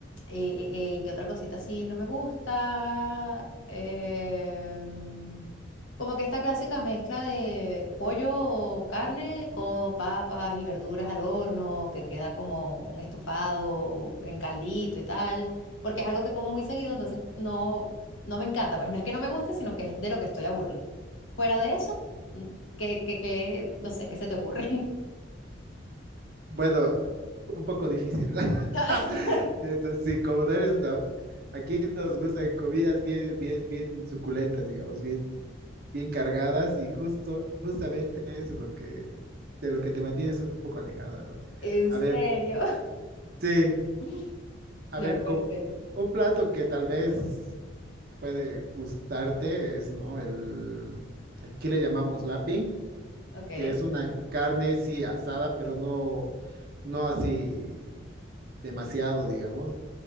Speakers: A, on the left; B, on the right.
A: eh, eh, eh, ¿qué otra cosita así no me gusta? Em, como que esta clásica mezcla de pollo o carne con papas y verduras al horno, que queda como un estofado en caldito y tal, porque es algo que como muy seguido, entonces no, no me encanta. Pues no es que no me guste, sino que es de lo que estoy aburrida. Fuera de eso, mm, que, que, que, no sé, ¿qué se te ocurre?
B: Bueno, un poco difícil, ¿no? <laughs>
A: <laughs>
B: Entonces, sí, como no eres una... Aquí nos gustan comidas bien, bien, bien suculentas, digamos, bien, bien cargadas y justo, justamente es lo que, de lo que te mantienes un poco alejada, ¿no?
A: ¿En
B: A
A: serio?
B: ver, sí,
A: <laughs>
B: a
A: No
B: ver,
A: puede
B: com-
A: ser.
B: un plato que tal vez puede gustarte es, ¿no? El, aquí le llamamos lapping,
A: Ok.
B: que es una carne, sí, asada, pero no, no así demasiado, digamos